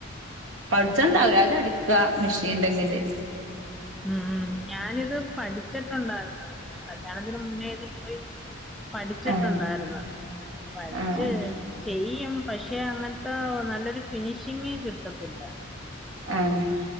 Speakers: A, on the right; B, in the centre.
A: പഠിച്ചന്താവര് അത് അടിക്ക മെഷീൻണ്ടെങ്കില്,
B: ഉംഉം ഞാനിത് പഠിച്ചിട്ടുണ്ടായിരുന്ന കല്യാണത്തിന് മുന്നേ ഇത് പോയി, പഠിച്ചിട്ടുണ്ടായിരുന്നു
A: ആഹ്
B: പഠച്ച്,
A: ആഹ്
B: ചെയ്യും പക്ഷെ അങ്ങനത്തെ നല്ലൊരു ഫിനിഷിങ് കിട്ടത്തില്ല,
A: ആഹ്,